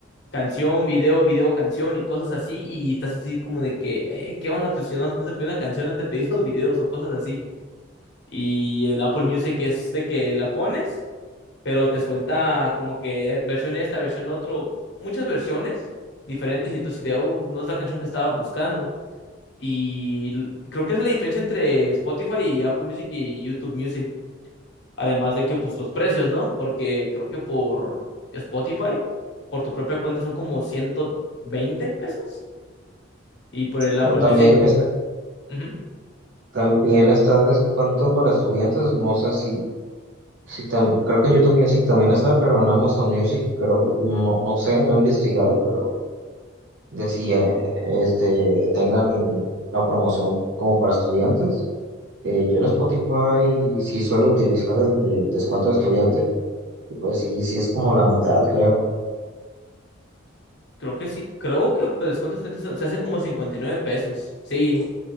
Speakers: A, on the left; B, on the right.
A: canción, video, video, canción y cosas así, y estás así como de que, eh, ¿qué onda? Pues si no, no se pide una canción, no te pedí los <laughs> videos o cosas así. Y el Apple Music es de que la pones, pero te suelta como que eh, versión esta, versión otro, muchas versiones diferentes y tú si de, "Oh, no es la canción que estaba buscando. Y l- creo que esa es la diferencia entre Spotify y Apple Music y YouTube Music. Además de que, pues, los precios, ¿no? Porque creo que por Spotify, por tu propia cuenta, son como ciento veinte pesos. Y por el Apple
B: O también,
A: Music,
B: es-
A: ujú,
B: también está el descuento para estudiantes, no sé si, si tam- creo que en YouTube Music también está, pero en Amazon Music creo, no, no sé, no he investigado, pero de si eh, este, tengan la promoción como para estudiantes. Eh, yo en Spotify sí suelo utilizar el de- el descuento de estudiante, y pues sí, sí es como la mitad, creo.
A: creo que sí. Creo que el descuento estudiantes se se hace como 59 pesos. Sí,